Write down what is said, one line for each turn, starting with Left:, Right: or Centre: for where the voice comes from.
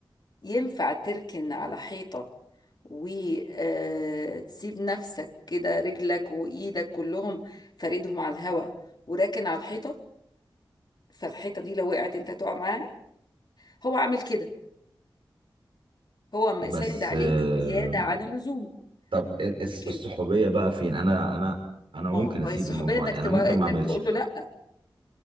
Left: ينفع تركن على حيطه وتسيب نفسك كده رجلك وايدك كلهم فاردهم على الهواء وراكن على الحيطه فالحيطه دي لو وقعت انت تقع معاها هو عامل كده هو م-
Right: بس
Left: ساند عليك
Right: آه،
Left: زياده عن اللزوم
Right: طب إيه، الس-
Left: لكن
Right: الصحوبية بقى فين انا انا انا ممكن
Left: ما
Right: اسيب
Left: هو الصحوبيه
Right: الموضوع
Left: انك
Right: انا
Left: تو...
Right: ممكن
Left: انك
Right: ما اعملش
Left: تقول له لا